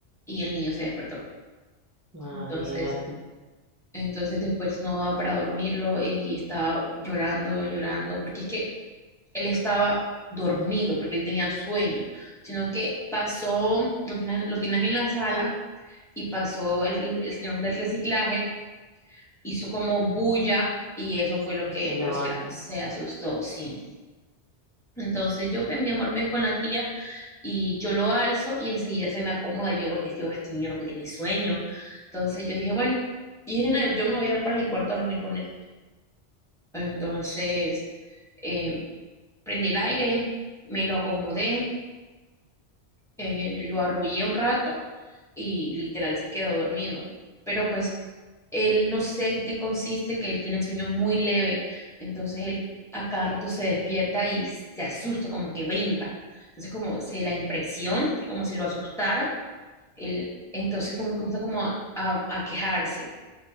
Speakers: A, in the centre; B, on the right.
A: y el niño se despertó.
B: imagínate.
A: Entonces, Entonces después no daba para dormirlo eh, y estaba llorando, llorando, porque es que él estaba dormido, porque él tenía sueño, sino que pasó, lo tenían, lo tenían en la sala y pasó el, el señor del reciclaje, hizo como bulla y eso fue lo que
B: Se levantó.
A: pues se, se asustó, sí. Entonces yo, pues, mi amor, ven con la tía y yo lo alzo y enseguida se me acomoda, yo, lo, yo este niño lo que tiene es sueño. Entonces yo dije, bueno, y dije, nena, yo me lo voy a llevar para mi cuarto a dormir con él. Entonces, eh, prendí el aire, me lo acomodé, eh, lo arrullé un rato y literal se quedó dormido. Pero pues él no sé en qué consiste, que él tiene el sueño muy leve, entonces él a cada rato se despierta y se asusta, como que brinca. Entonces como se la impresión, como si lo asustara, él entonces como, comienza como a, a- a quejarse.